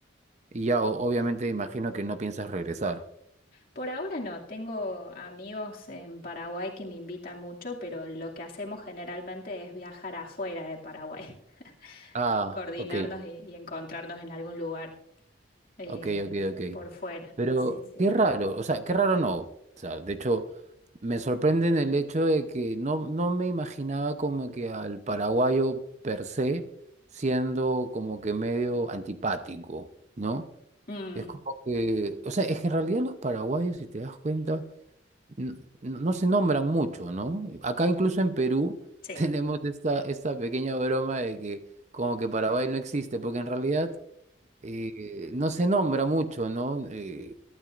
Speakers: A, on the right (about 35°); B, on the left (about 50°).
A: Y ya, o- obviamente, imagino que no piensas regresar.
B: Por ahora no, tengo amigos en Paraguay que me invitan mucho, pero lo que hacemos generalmente es viajar afuera de Paraguay, <laughs>
A: Ah,
B: coordinarnos
A: ok.
B: y, y encontrarnos en algún lugar eh,
A: Ok, ok, ok.
B: por fuera.
A: Pero
B: Sí, sí.
A: qué raro, o sea, qué raro no. O sea, de hecho, me sorprende en el hecho de que no, no me imaginaba como que al paraguayo per se siendo como que medio antipático, ¿no?
B: Mm,
A: Es como que, o sea, es que en realidad los paraguayos, si te das cuenta, n- n- no se nombran mucho, ¿no? Acá incluso en Perú <laughs>
B: sí,
A: tenemos esta, esta pequeña broma de que como que Paraguay no existe, porque en realidad eh, no se nombra mucho, ¿no? Eh,